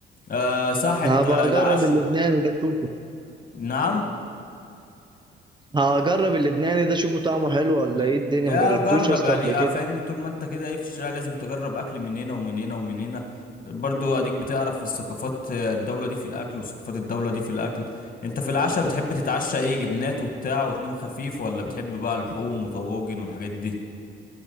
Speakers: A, on the left; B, on the right.
A: أه صح أنت
B: هبقى
A: العشاء
B: اجرب اللبناني ده اشوفه
A: نعم
B: هجرب اللبناني ده اشوفه طعمه حلو ولا
A: ل-
B: ايه الدنيا
A: يا
B: مجربتوش
A: جرب
B: اصلا
A: يعني
B: قبل
A: يا
B: كده
A: فاهمني طول ما انت كده ايه في الشارع لازم تجرب اكل من هنا ومن هنا ومن هنا برضو اديك بتعرف الثقافات آه، الدولة دي في الاكل وثقافات الدولة دي في الاكل انت في العشاء بتحب تتعشى ايه جبنات وبتاع وتنام خفيف ولا بتحب بقى اللحوم وطواجن والحاجات دي